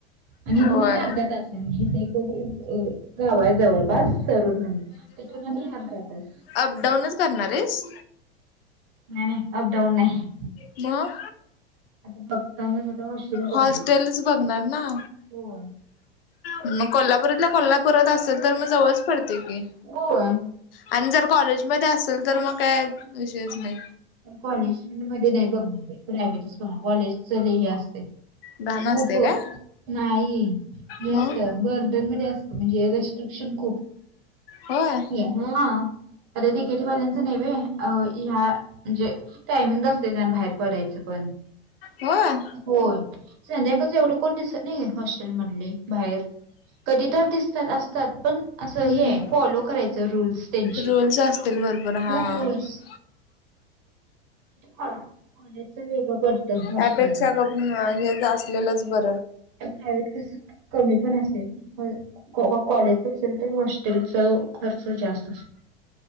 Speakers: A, on the right; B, on the left.
A: आणि इथून
B: होय
A: आणि अरदा तासाये म्हणजे इथ एक गावय जवळपास सरूट म्हणुन तितुन आणि आरदा तास
B: अप डाऊनच करणाराइस
A: नाई नई अप डाऊन नाही.
B: म
A: आता बगताना वशिर बगणार
B: हॉस्टेलच बघणार ना
A: होय.
B: मग कोल्लापुरातल्या कोल्लापुरात असेल तर म जवळच पडत. की
A: होय
B: आण जर कॉलेज मदे असेल तर म काय विषयच नाही
A: कॉलेजमदे नइ बघणार बई प्रायवेटच बगनार कॉलेजच लई हे असतय
B: घाण असते
A: खूप
B: काय
A: नाई हे
B: मग
A: असतय बर्डनमध्ये असतंय म्हणजे शन खूप
B: होय
A: हा आता डीकेटी वाल्यांचं नेइ वय ह्या म्हणजे टायमिंग असतय तेन बाहेर पडयचं पण
B: होय
A: होय संध्याकाळच एवढं कोण दिसत नइ हॉस्टेल मडले बाहेर कधी तर दिसतात असतात पण असं
B: हम्म
A: हे फॉलो करायचं रूल्स तेंची.
B: रूल्स असतील भरपूर
A: खूप
B: हा.
A: रूल्
B: <inaudible>
A: कॉलेजच वेगळं पडतं हॉस्टेलच
B: त्यापेक्षा गप म हेच असलेलंच बर.
A: <unintelligible> ते पण असत्यात. होय काॅ काॅ कॉलेजचं असेल तर हॉस्टेलचं खर्च जास्त असतंय.